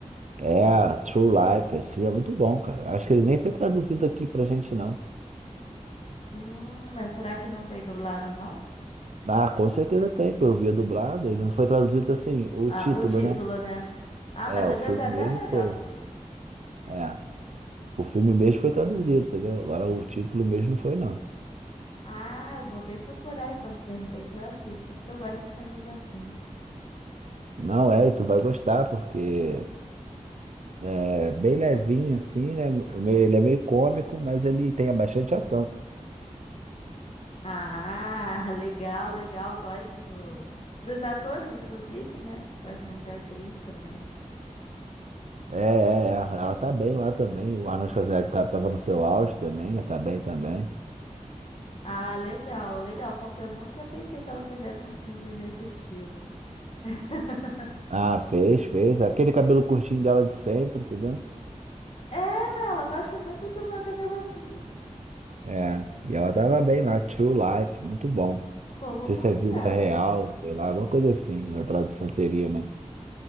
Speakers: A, on the right; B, on the left.
A: É, True Life, esse filme é muito bom, cara. Acho que ele nem foi traduzido aqui pra gente, não.
B: Hum, mas será que não tem dublado, não?
A: Ah, com certeza tem, pô. Eu via dublada. ele não foi traduzido assim, o
B: Ah,
A: título,
B: o título,
A: né?
B: né? Ah,
A: É,
B: mas
A: o
B: às
A: filme
B: vezes é até
A: mesmo
B: melhor,
A: foi.
B: sabia?
A: É, o filme mesmo foi traduzido, entendeu? Agora o título mesmo não foi, não.
B: Ah, eu vou bem procurar então, de repente eu assisto, porque eu gosto de filmes assim.
A: Não, é, e tu vai gostar, porque é bem levinho assim, né? Meio- Ele é meio cômico, mas ele tem bastante ação.
B: Ah, <laughs> legal, legal. Gosto do, dos atores, inclusive, né? Gosto muito da atriz também.
A: É, é, é. Ela tá bem lá também. O Arnold Schwarzenegger tá- tava no seu auge também, né? Tá bem também.
B: Ah, legal, legal, porque eu nunca pensei que ela fizesse um filme nesse estilo. <laughs>
A: Ah, fez, fez. Aquele cabelo curtinho dela de sempre, entendeu?
B: É, né? Ela gosta muito de usar o cabelo assim.
A: É, e ela tava bem lá, True Life, muito bom. Não
B: Pô, vou
A: sei
B: procurar.
A: se é vida real, sei lá, alguma coisa assim, a tradução seria, né?